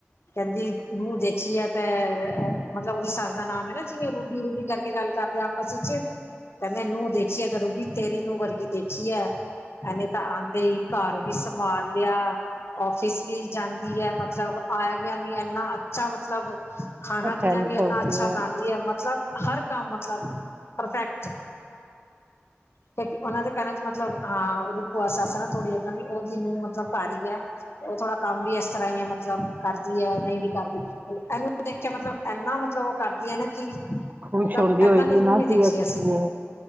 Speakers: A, on the left; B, on the right.
A: ਕਹਿੰਦੀ, ਨੂੰਹ ਦੇਖੀ ਐ ਤੇ ਅ ਮਤਲਬ ਉਹਦੀ ਸੱਸ ਦਾ ਨਾਮ ਐ ਨਾ ਜਿਵੇਂ ਰੂਬੀ-ਰੂਬੀ ਕਰਕੇ ਗੱਲ ਕਰਦੇ ਆ ਅਸਲ 'ਚ, ਕਹਨੇ ਨੂੰਹ ਦੇਖੀ ਐ ਤਾ ਰੁਬੀ ਤੇਰੀ ਨੂੰਹ ਵਰਗੀ ਦੇਖੀ ਐ। ਐਨੇ ਤਾਂ ਆ 'ਤੇ ਘਰ ਵੀ ਸਮਾਰ ਲਿਆ। ਔਫਿਸ ਵੀ ਜਾਂਦੀ ਐ। ਮਤਲਬ ਆਇਆ- ਗਿਆ ਵੀ ਐਨਾ ਅੱਛਾ ਮਤਲਬ ਖਾਣਾ
B: ਅਟੈਂਡ
A: -ਪੀਣਾ ਵੀ
B: ਕਰਦੀ
A: ਐਨਾ ਅੱਛਾ
B: ਹੈ
A: ਬਣਾਂਦੀ ਐ। ਮਤਲਬ ਹਰ ਕੰਮ, ਮਤਲਬ ਪਰਫੈਕਟ। ਕਿਉਂਕਿ ਉਹਨਾ ਦੇ ਘਰਾਂ 'ਚ ਮਤਲਬ ਹਾਂ, ਉਹਦੀ ਭੂਆ- ਸੱਸ ਨਾ, ਥੋੜ੍ਹੀ ਏਦਾਂ ਦੀ, ਉਹਦੀ ਨੂੰਹ ਮਤਲਬ ਘਰ ਈ ਐ। ਉਹ ਥੋੜਾ ਕੰਮ ਵੀ ਐਸ ਤਰ੍ਹਾਂ ਹੀ, ਮਤਲਬ ਕਰਦੀ ਐ, ਨਈਂ ਵੀ ਕਰਦੀ। ਐਨੂੰ ਦੇਖ ਕੇ ਮਤਲਬ ਐਨਾ, ਮਤਲਬ ਉਹ ਕਰਦੀ ਐ ਨਾ ਕਿ,
B: ਖੁਸ਼
A: ਮਤਲਬ
B: ਹੁੰਦੀ
A: ਏਦਾਂ
B: ਹੋਏਗੀ
A: ਦੀ ਨੂੰਹ
B: ਨਾ
A: ਨੀ ਦੇਖੀ
B: ਕਿ ਅੱਛੀ
A: ਅਸੀਂ।
B: ਹੈ।